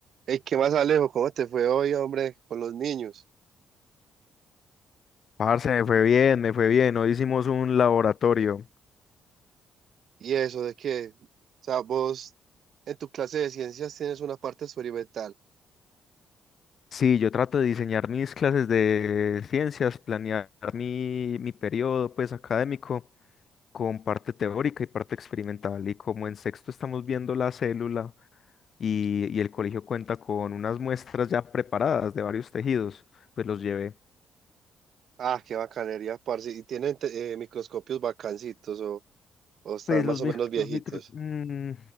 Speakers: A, on the right; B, on the left.
A: Ey, ¿qué más, Alejo? ¿Cómo te fue hoy, hombre, con los niños?
B: Parce, me fue bien, me fue bien. Hoy hicimos un laboratorio.
A: Y eso de que, o sea, vos en tu clase de ciencias tienes una parte experimental.
B: Sí, yo trato de diseñar mis clases de ciencias, planear mi, mi periodo pues académico con parte teórica y parte experimental. Y como en sexto estamos viendo la célula y, y el colegio cuenta con unas muestras ya preparadas de varios tejidos, pues los llevé.
A: Ah, qué bacanería, parce. Y tienen te- eh, microscopios bacancitos o, o están
B: Pues los,
A: más
B: mic-
A: o menos viejitos.
B: los micro... mm,